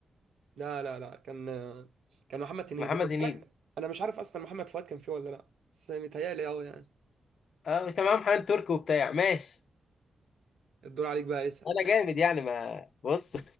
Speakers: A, on the right (about 80°); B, on the left (about 65°).
A: لا لا لا كان كان محمد هنيدي
B: محمد
A: خد بالك
B: هنيدي
A: انا مش عارف اصلا محمد فؤاد كان فيه ولا لا بس متهيألي اه يعني
B: اه كان معاه محمد تركي وبتاع ماشي
A: الدور عليك بقى اسأل
B: انا جامد يعني ما بص